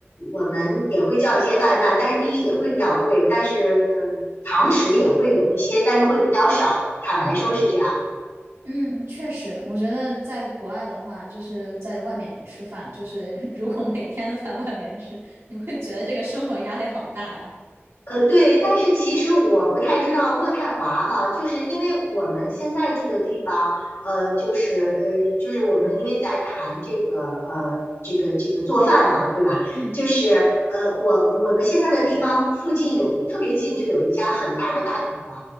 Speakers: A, on the left; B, on the right.
A: 我们也会叫一些外卖，但是第一也会比较贵，但是呃堂食也会有一些，但是会比较少。坦白说是这样。
B: 嗯，确实，我觉得在国外的话，就是在外面吃饭，就是 <laughs> 如果每天都在外面吃，你会觉得这个生活压力好大呀。
A: 呃，对，但是其实我不太知道渥太华哈，就是因为我们现在住的地方，呃，就是呃，就是我们因为在谈这个呃，这个这个做饭嘛，对吧？
B: 嗯
A: 就是呃，我我们现在的地方附近有特别近就有一家很大的大统华，